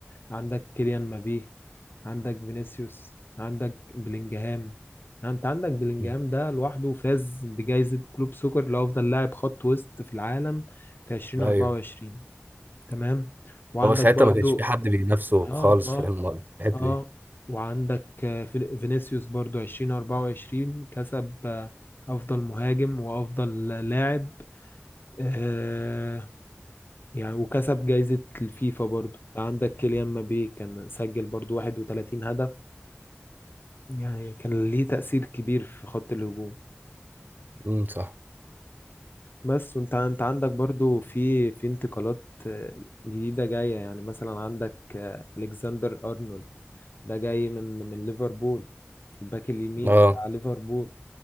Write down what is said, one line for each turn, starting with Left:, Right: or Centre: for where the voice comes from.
Left: عندك كيليان مبابي عندك فينيسيوس عندك بلينجهام يعني انت عندك بلينجهام
Right: مم.
Left: ده لوحده فاز بجائزة كلوب سوكر لأفضل لاعب خط وسط في العالم في 2024
Right: ايوه
Left: تمام وعندك
Right: هو ساعتها
Left: برضو
Right: ما كانش في حد بينافسه
Left: اه
Right: خالص
Left: اه
Right: في الم- في الحتة
Left: اه
Right: دي
Left: وعندك آه، فين- فينيسيوس برضو 2024 كسب آه، افضل مهاجم وافضل لاعب آه يعني وكسب جايزة الفيفا برضو عندك كيليان مبابي كان سجل برضو 31 هدف يعني كان ليه تأثير كبير في خط الهجوم
Right: امم صح
Left: بس وانت انت عندك برضو في في انتقالات آه، جديدة جاية يعني مثلا عندك آه، الكسندر ارنولد ده جاي من من ليفربول الباك اليمين
Right: اه
Left: بتاع ليفربول